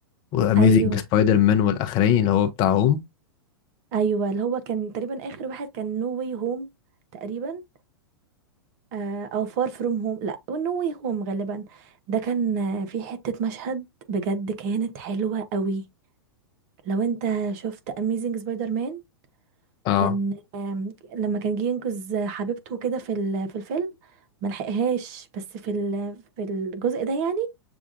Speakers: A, on the left; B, on the right.
A: واميزنج
B: ايوه
A: سبايدر مان والاخراني اللي هو بتاع هوم
B: ايوه اللي هو كان تقريبا اخر واحد كان نو واي هوم تقريبا آه، او فار فروم هوم لا نو واي هوم غالبا ده كان آه، في حتة مشهد بجد كانت حلوة قوي لو انت شفت اميزنج سبايدر مان
A: اه
B: كان آم، لما كان جه ينقذ حبيبته كده في ال- في الفيلم ما لحقهاش بس في ال- في الجزء ده يعني